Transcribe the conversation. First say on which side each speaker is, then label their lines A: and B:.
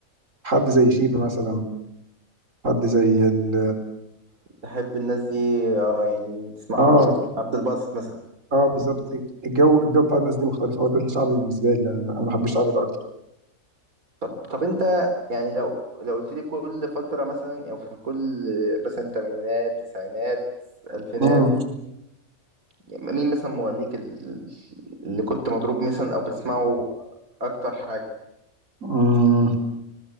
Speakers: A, on the right; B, on the right.
A: حد زي شيبة مثلا حد زي ال
B: تحب الناس دي اه يعني تسمعهم
A: اه
B: وكده عبد الباسط مثلا
A: اه بالظبط الجو الجو بتاع الناس دي مختلف هو ده الشعبي بالنسبه لي يعني انا بحب الشعبي ده اكتر
B: طب طب انت يعني لو لو قلت لي كل فترة مثلا او في كل مثلا تمانينات تسعينات الفينات
A: امم
B: يعني مين مثلا مغنيك ال- اللي كنت مضروب مثلا او بتسمعه اكتر حاجة
A: امم